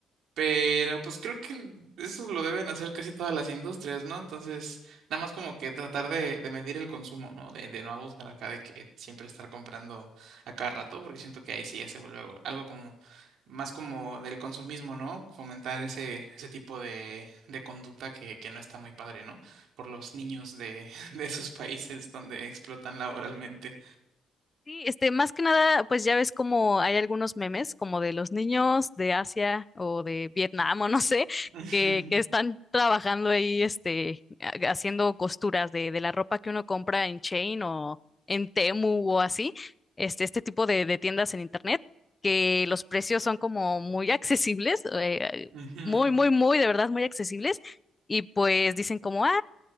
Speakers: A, on the right; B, on the left.
A: Pero pues creo que el- eso lo deben hacer casi todas las industrias, ¿no? Entonces, nada más como que tratar de, de medir el consumo, ¿no? De, de no abusar acá de que siempre estar comprando a cada rato, porque siento que ahí sí ya se vuelve algo algo como más como del consumismo, ¿no? Fomentar ese, ese tipo de, de conducta que, que no está muy padre, ¿no? Por los niños de, <laughs> de esos países donde explotan laboralmente.
B: Sí, este, más que nada, pues ya ves como hay algunos memes, como de los niños de Asia o de Vietnam o no sé,
A: <laughs> Ujú,
B: que, que están trabajando ahí, este, ha- haciendo costuras de, de la ropa que uno compra en Chain o en Temu o así, este, este tipo de, de tiendas en internet, que los precios son como muy accesibles, eh,
A: ujú.
B: muy, muy, muy, de verdad, muy accesibles. Y pues dicen como, ah,